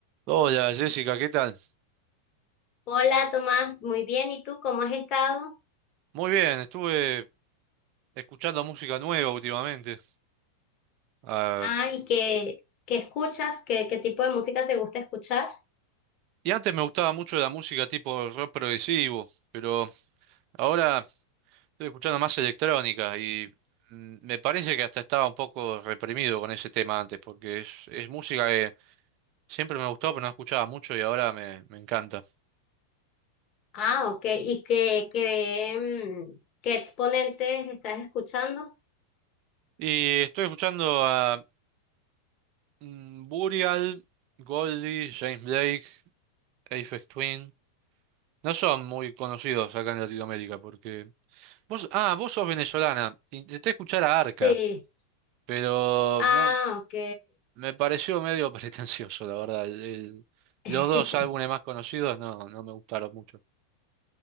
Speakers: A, on the right; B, on the left.
A: Hola Jessica, ¿qué tal?
B: Hola Tomás, muy bien. ¿Y tú cómo has estado?
A: Muy bien, estuve escuchando música nueva últimamente. Ah,
B: Ah, ¿y qué, qué escuchas? ¿Qué, qué tipo de música te gusta escuchar?
A: y antes me gustaba mucho la música tipo rock progresivo, pero ahora estoy escuchando más electrónica y mm, me parece que hasta estaba un poco reprimido con ese tema antes, porque es, es música que siempre me gustó, pero no escuchaba mucho y ahora me, me encanta.
B: Ah, ok. ¿Y qué, qué, mm, qué exponentes estás escuchando?
A: Y estoy escuchando a mm, Burial, Goldie, James Blake, Aphex Twin. No son muy conocidos acá en Latinoamérica porque Vos, ah, vos sos venezolana. Intenté escuchar a Arca,
B: Sí.
A: pero
B: Ah,
A: no,
B: ok.
A: me pareció medio <laughs> pretencioso, la verdad. El- el-
B: <laughs>
A: los dos álbumes más conocidos no, no me gustaron mucho.